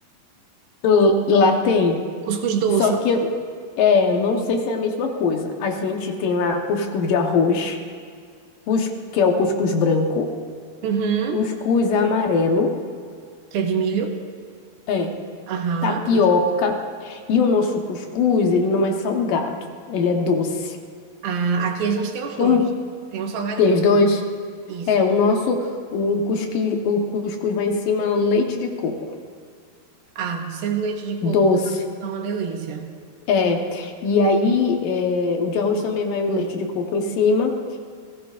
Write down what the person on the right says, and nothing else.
Cuscuz doce,
uhum,
que é de milho.
Aham.
Esse.
Ah, aqui a gente tem os
dois. Tem um salgado
e tem um...
Isso.
Ah, sendo leite de
coco tá uma delícia.